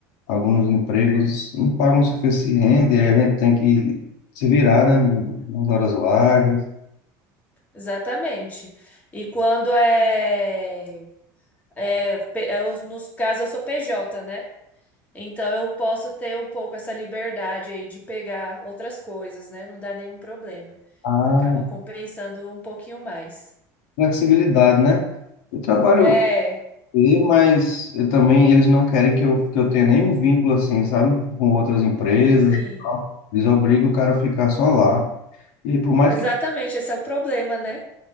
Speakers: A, on the left (about 80°); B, on the left (about 15°).
A: alguns empregos não pagam o suficiente, e aí a gente tem que se virar, né? no- Nas horas vagas.
B: exatamente. E quando é, é, pe- é os- nos casos eu sou PJ, né? Então eu posso ter um pouco essa liberdade aí de pegar outras coisas, né? Não dá nenhum problema.
A: Ah,
B: Acaba compensando um pouquinho mais.
A: flexibilidade, né? Eu trabalho,
B: É,
A: e- mas eu também eles não querem que eu, que eu tenha nenhum vínculo assim, sabe? Com outras empresas.
B: sim.
A: e tal. Eles obrigam o cara a ficar só lá. E por mais
B: Exatamente,
A: que
B: esse é o problema, né?